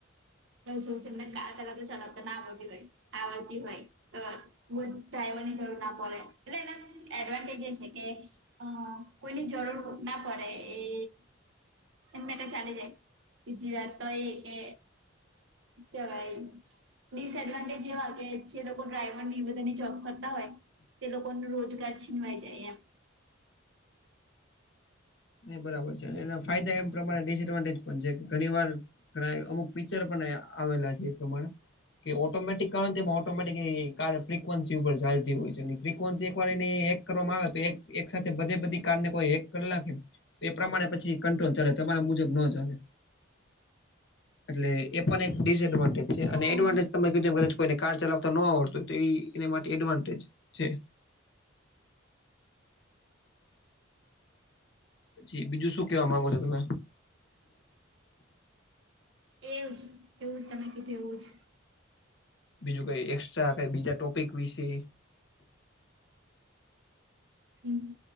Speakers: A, on the right (about 65°); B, on the left (about 60°).
A: બ જો જેમને કાર કલાર તો ચલાવતા ના આવડતી હોય આવડતી હોય. તો બઉ ડ્રાઈવરની જરૂર ના પડે એટલે એના એડવાન્ટેજ એ છે કે અ કોઈની જરૂર ના પડે એ એમને તો ચાલી જાય કે બીજી વાત તો એ કે જવાય ડિસ એડવાન્ટેજ એવા હોય કે જે લોકો ડ્રાઈવર બધાની જોબ કરતા હોય તે લોકોનું રોજગાર છીનવાઈ જાય એમ.
B: બરાબર છે અને એના ફાયદા એમ પ્રમાણે ડિસએડવાન્ટેજ પણ છે કે ઘણી વાર છોકરાએ અમુક પિક્ચર પણ આવેલા છે એ પ્રમાણે કે ઓટોમેટિક કારણ તેમાં ઓટોમેટિક કાર ફ્રિકવન્સી ઉપર ચાલતી હોય છે અને ફ્રિકવન્સી એકવાર એની એક કરવામાં આવે તો એક એક સાથે બધે બધી કારને કોઈ એક કલાક તે એ પ્રમાણે પછી કંટ્રોલ ચાલે તમારા મુજબ નો ચાલે એટલે એ પણ એક ડિસએડવાન્ટેજ છે
A: હા
B: અને એડવાન્ટેજ તમે કીધ કદાચ કોઈને કાર ચલાવતો નો આવડતું હોય તો ઈ એની માટે એડવાન્ટેજ છે. છે બીજું શું કેવા માંગો છો તમે?
A: એવું જ એવું જ તમે કીધું એવું જ
B: બીજું કઈ એક્સ્ટ્રા કઈ બીજા ટોપિક વિશે?
A: હમ્મ.